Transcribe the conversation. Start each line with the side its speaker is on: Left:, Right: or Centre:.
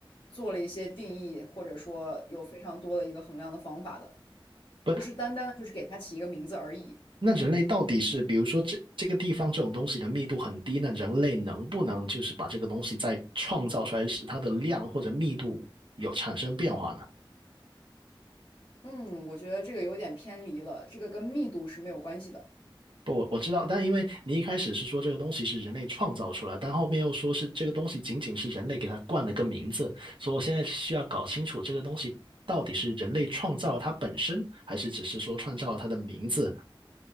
Left: 做了一些定义，或者说有非常多的一个衡量的方法的，
Right: 不。
Left: 不是单单的就是给它起一个名字而已。
Right: 那人类到底是，比如说这这个地方这种东西的密度很低，那人类能不能就是把这个东西再创造出来，使它的量或者密度有产生变化呢？
Left: 嗯，我觉得这个有点偏离了，这个跟密度是没有关系的。
Right: 不，我我知道，但因为你一开始是说这个东西是人类创造出来，但后面又说是这个东西仅仅是人类给它冠了个名字，所以我现在需要搞清楚这个东西到底是人类创造了它本身，还是只是说创造了它的名字，